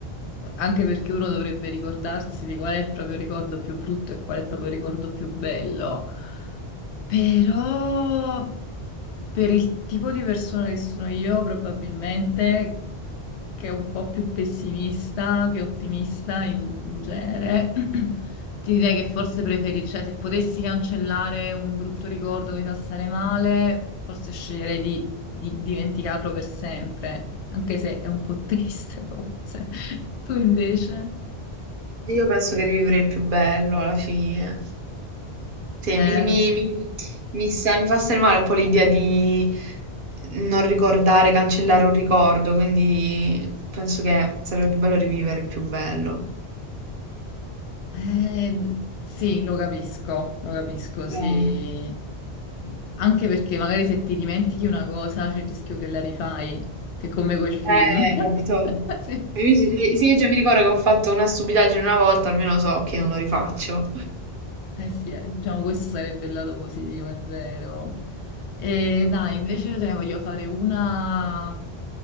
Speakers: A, on the left (about 85°); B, on the right (about 55°).
A: eh. anche perché uno dovrebbe ricordarsi di qual è il proprio ricordo più brutto e qual è il proprio ricordo più bello. Però per il tipo di persona che sono io, probabilmente che è un po' più pessimista che ottimista in in genere, <clears throat> ti direi che forse preferisci, cioè se potessi cancellare un brutto ricordo che mi fa stare male, forse sceglierei di, di dimenticarlo per sempre, anche se è un po' triste <laughs> forse. Tu invece?
B: Io penso che rivivere il più bello alla fine. Sì,
A: Eh,
B: mi, mi-
A: lo so.
B: mi- mi sa- mi fa stare male un po' l'idea di non ricordare, cancellare un ricordo, quindi penso che sarebbe più bello rivivere il più bello.
A: Eh, sì, lo capisco, lo capisco, sì.
B: Eh.
A: Anche perché magari se ti dimentichi una cosa c'è il rischio che la rifai, che è come quel film.
B: Eh,
A: <laughs>
B: capito?
A: Sì.
B: Mi misi- Sì, sì, già mi ricordo che ho fatto una stupidaggine una volta, almeno so che non lo rifaccio.
A: Eh sì, eh, diciamo questo sarebbe il lato positivo, è vero. E dai, invece io te ne voglio fare una